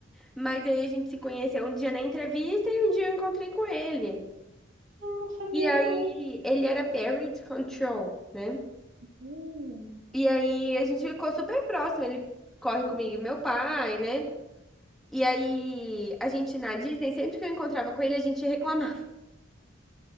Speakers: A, in the centre; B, on the right.
A: mas aí a gente se conheceu um dia na entrevista e um dia eu encontrei com ele.
B: Não, não sabia
A: E aí,
B: não.
A: ele era parent control, né?
B: Hum.
A: E aí, a gente ficou super próximo. Ele corre comigo e meu pai, né? E aí, a gente na Disney, sempre que eu encontrava com ele, a gente reclamava. <laughs>